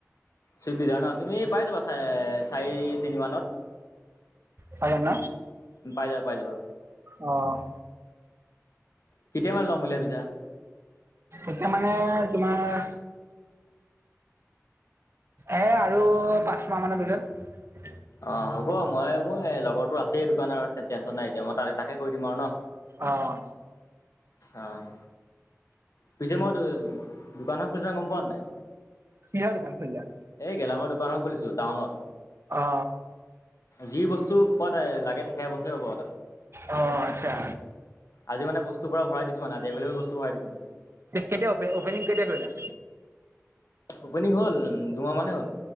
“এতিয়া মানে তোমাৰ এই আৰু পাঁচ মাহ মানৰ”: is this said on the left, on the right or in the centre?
Right